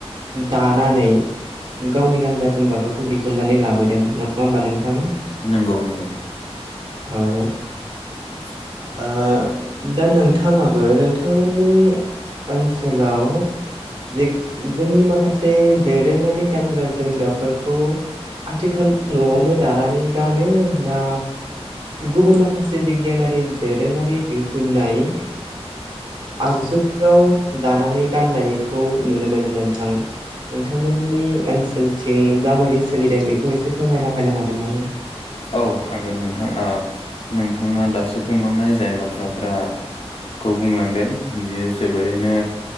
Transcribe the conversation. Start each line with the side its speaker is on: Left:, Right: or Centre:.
Right: दानानै। गावनि गानग्रा जोमग्राफोरखौ दिहुननानै लाबोदों नङा होमबा नोंथां।
Left: नंगौ नंगौ।
Right: औ।
Left: <inaudible>
Right: ओ दा नोंथाङाबो नोंथांमोननि ओनसोलाव जे जोंनि माखासे दोरोङारि गानग्रा जोमग्राफोरखौ आथिखाल न'आवनो दानानै गानो ना गुबुन माखासे बिगियानारि दोरोङारि दिहुननाय आगजुफोराव दानानै गाननायखौ नुनो मोनो नोंथां नोंथांमोननि ओनसोलथिं जाबादि सोलिदों बेखौ एसे फोरमायना होनो हागोन नामा
Left: औ हागोन नोंथां नोंथाङा दासो बुंलांनाय जाय बाथ्राफ्रा खौ बुंलांदों बियो जोबोरैनो